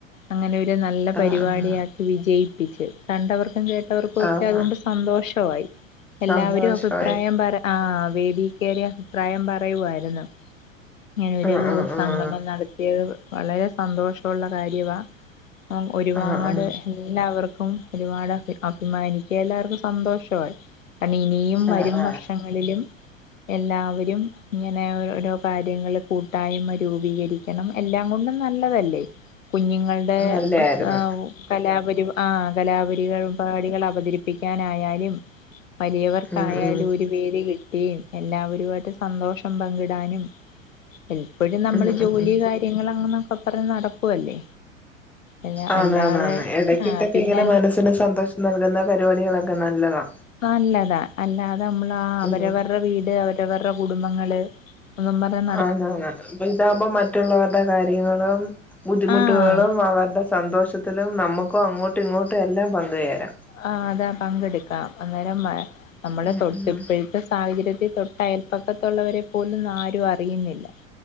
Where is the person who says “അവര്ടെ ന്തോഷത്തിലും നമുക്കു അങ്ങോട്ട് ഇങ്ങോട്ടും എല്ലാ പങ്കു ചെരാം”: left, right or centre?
Centre